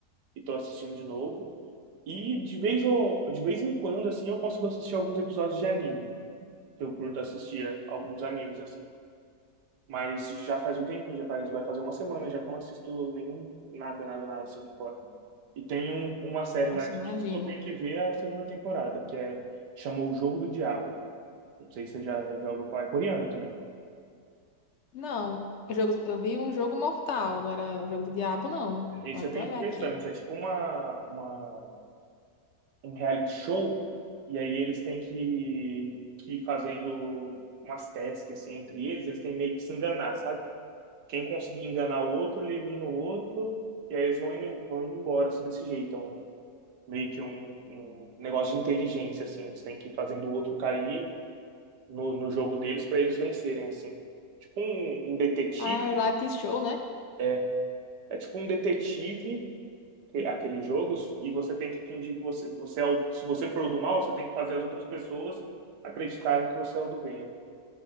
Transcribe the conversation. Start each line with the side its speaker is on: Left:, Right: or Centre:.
Right: E tô assistindo de novo. E de vez, ou, de vez em quando, assim, eu consigo assistir alguns episódios de anime. Eu curto assistir alguns animes, assim. Mas já faz um tempinho, já faz, vai fazer uma semana já que eu não assisto nenhum, nada, nada, nada assim de fora. E tem um, uma série
Left: Nossa,
Right: na Netflix
Left: imagino.
Right: que eu tenho que ver a segunda temporada, que é, chamou O Jogo do Diabo. Não sei se você já, já ouviu falar, é coreana também.
Left: Não, eu, jogo, eu vi um jogo mortal, agora o jogo do diabo não.
Right: Esse
Left: Vou até
Right: é bem
Left: olhar
Right: interessante,
Left: aqui.
Right: é tipo uma, uma, um reality show, e aí eles têm que, que ir fazendo umas tasks assim, entre eles, eles têm meio que se enganar, sabe? Quem conseguir enganar o outro, elimina o outro, e aí eles vão indo, vão indo embora, assim, desse jeito. É um meio que um, um negócio de inteligência, assim. Eles têm que ir fazendo o outro cair no, no jogo deles para eles vencerem, assim. Tipo um, um detetive,
Left: Ah, é o Light Show, né?
Right: é, é tipo um detetive que- aquele jogo e você tem que fingir que você, você é o, se você for o do mal, você tem que fazer as outras pessoas acreditarem que você é o do bem.